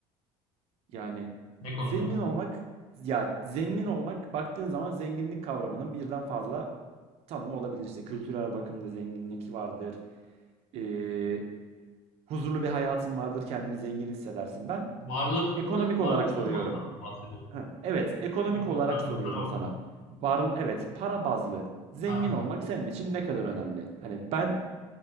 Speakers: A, on the right (about 55°); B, on the left (about 70°).
A: Yani
B: Ne konuda?
A: zengin olmak ya zengin olmak baktığın zaman zenginlik kavramının birden fazla tanımı olabilir. İşte kültürel bakımda zenginlik vardır. Ee, huzurlu bir hayatın vardır. Kendini zengin hissedersin. Ben
B: Varlıklı,
A: ekonomik
B: varlıklı
A: olarak soruyorum.
B: olmaktan mı bahsediyorsun?
A: Heh, evet, ekonomik
B: Yok
A: olarak
B: yok para,
A: soruyorum
B: para olarak.
A: sana. Var, evet, para bazlı zengin
B: Ha.
A: olmak senin için ne kadar önemli? Hani ben